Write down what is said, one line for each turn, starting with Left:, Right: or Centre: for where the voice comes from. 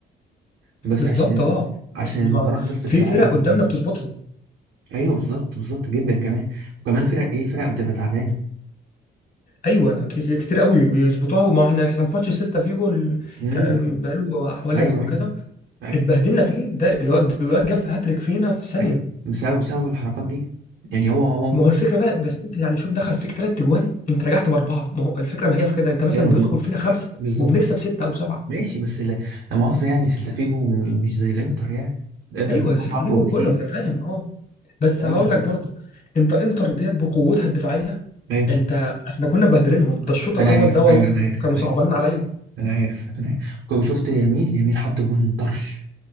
Right: بس
Left: بالظبط
Right: عشان
Left: اه
Right: عشان
Left: يعني
Right: المهارات
Left: ما-
Right: بس
Left: في
Right: في العالم
Left: فرق قدامنا بتظبطها
Right: ايوه بالظبط بالظبط جدا كمان وكمان فرق ايه فرق بتبقى تعبانه
Left: ايوه ك- ك- كتير قوي بيظبطوها وما احنا احنا في ماتش سيلتا فيجو ال-
Right: امم
Left: كان بقاله حوالي
Right: ايوه
Left: اسبوع
Right: ايوه
Left: كده
Right: ايوه
Left: اتبهدلنا فيه ده الواد الواد جاب هاتريك فينا في ثانيه
Right: ايوه بسبب بسبب الحركات دي يعني هو هو ممكن
Left: ما هو الفكره بقى بس انت يعني شوف دخل فيك ثلاث اجوان انت رجعت باربعه ما هو الفكره ما هي في كده انت مثلا
Right: ايوه
Left: بيدخل
Right: م-
Left: فينا خمسه
Right: بالظبط
Left: وبنكسب سته او سبعه
Right: ماشي بس لا لا مؤاخذة يعني سلتافيجو م- مش زي الانتر يعني الانتر
Left: ايوه
Right: دفاعها
Left: سته
Right: اقوى
Left: جيبوا
Right: بكتير
Left: كله ما انا فاهم اه بس
Right: ايوه
Left: هقول لك برضو انت انتر ديت بقوتها الدفاعيه
Right: ايوه
Left: انت احنا كنا مبهدلينهم ده الشوط
Right: انا
Left: الاول
Right: عارف
Left: ده والله
Right: ايوه انا عارف
Left: كانوا
Right: انا
Left: صعبانين
Right: عارف
Left: عليا
Right: انا عارف انا عارف كنت شفت يمين يمين حط جون طرش